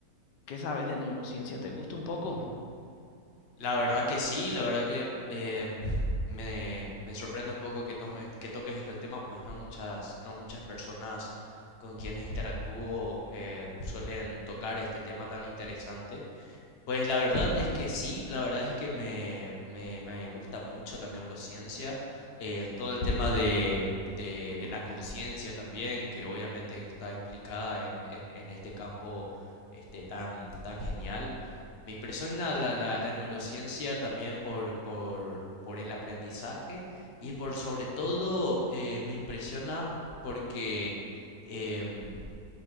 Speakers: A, on the left (about 80°); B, on the left (about 45°).
A: ¿Qué sabes de neurociencia? ¿Te gusta un poco?
B: La verdad que sí, la verdad que em, me, me sorprende un poco que tome, que toques este tema, pues no muchas, no muchas personas con quienes interactúo eh, suelen tocar este tema tan interesante. Pues la verdad es que sí, la verdad es que me, me, me gusta mucho la neurociencia, eh, en todo el tema de, de, de la conciencia también, que obviamente está implicada en, en, en este campo este, tan, tan genial. Me impresiona la, la, la neurociencia también por, por, por el aprendizaje y por sobre todo eh, me impresiona porque... em,